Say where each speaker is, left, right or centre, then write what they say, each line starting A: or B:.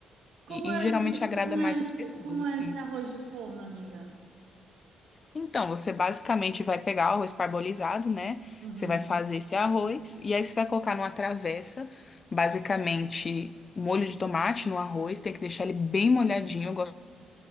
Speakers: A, on the right; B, on the left.
A: Como
B: e,
A: é
B: e geralmente
A: esse,
B: agrada
A: como
B: mais
A: é
B: as
A: esse,
B: pessoas,
A: como
B: assim.
A: é esse arroz de forno, amiga?
B: Então, você basicamente vai pegar o arroz parbolizado, né?
A: Uhum,
B: Você vai fazer esse arroz e aí você vai colocar numa travessa, basicamente um molho de tomate no arroz, tem que deixar ele bem molhadinho. Eu gosto